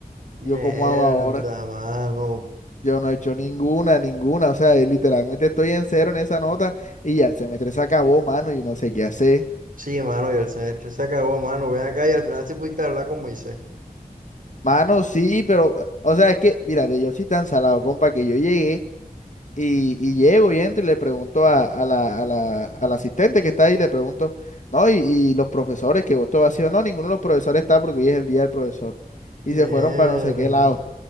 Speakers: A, on the right (about 65°); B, on the left (about 55°).
A: Mierda,
B: ¿Yo cómo hago ahora?
A: mano.
B: Yo no he hecho ninguna, ninguna. O sea, eh, literalmente estoy en cero en esa nota y ya el semestre se acabó, mano, y no sé qué hacer.
A: Sí, mano, y el semestre se acabó, mano. Ven acá y al final sí pudiste hablar con Moisés.
B: Mano, sí, pero, o sea, es que, mírate, yo soy tan salado, compa, que yo llegué y, y llego y entro y le pregunto a, a la, a la, a la asistente que está ahí, le pregunto, no, y, y los profesores que vos todo ha sido, no, ninguno de los profesores está porque hoy es el día del profesor. Y
A: Mierda.
B: se fueron para no sé qué lado.